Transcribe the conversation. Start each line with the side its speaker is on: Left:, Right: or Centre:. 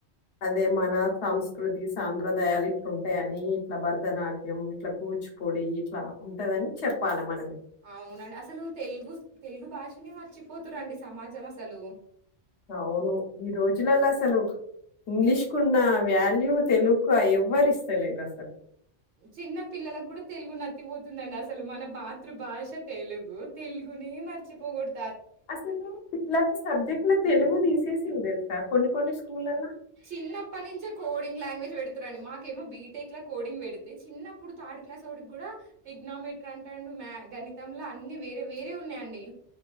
Left: అదే మన సంస్కృతి సాంప్రదాయాలు ఇట్లుంటయని ఇట్లా భరతనాట్యం, ఇట్లా కూచిపూడి ఇట్లా ఉంటదని చెప్పాలి మనమే
Right: అవునండి అసలు తెలుగు తెలుగు భాషనే మర్చిపోతురండి సమాజం అసలు
Left: అవును ఈ రోజులలో అసలు ఇంగ్లీష్ కు ఉన్న వాల్యూ తెలుక్కు ఎవ్వరు ఇస్తలేరు అసలు
Right: చిన్న పిల్లలకు కూడా తెలుగు నత్తిపోతుందండి అసలు మన మాతృభాష తెలుగు తెలుగునే మర్చిపోగొడ్
Left: అసలు పిల్లల సబ్జెక్ట్ లో తెలుగు తీసేసిందేల్ కొన్ని కొన్ని స్కూల్ ల్లా ల్ల
Right: చిన్నప్పటి నుంచే కోడింగ్ లాంగ్వేజ్ పెడుతురండి. మాకేమో బీటెక్లా కోడింగ్ పెడితే చిన్నప్పుడు థర్డ్ క్లాస్ ఓడికి కూడా టెగ్నోమెటర్ అంటాడు మ్యా గణితంల అన్ని వేరే వేరే ఉన్నాయండి.